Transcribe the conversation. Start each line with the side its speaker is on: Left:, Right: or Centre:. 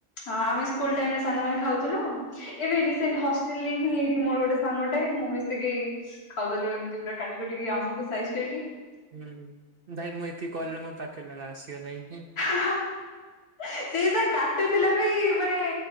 Left: ହଁ ଆମେ ସ୍କୁଲ ଟାଇମରେ ସାଙ୍ଗମାନେ ଖାଉଥିଲୁ ଏବେ ରିସେଣ୍ଟ ହଷ୍ଟେଲରେ ହିଁ ଏଇଠି ମୋର ଗୋଟେ ସାଙ୍ଗଟେ ମୁଁ ମିଶିକି ଖାଉଥିଲୁ ଏମିତି ପୁରା କାଟି କାଟିକି ଆମ୍ବକୁ ସାଇଜି କରିକି।
Right: ହୁଁ ଭାଇ ମୁଁ ଏତିକି କହିଲି ମୋ ପାଖରେ ତାହେଲେ ଆସିବ ନାହିଁ କି।
Left: କରିକି ସିଏ ତ କାଟୁଥିଲା ବି ପରେ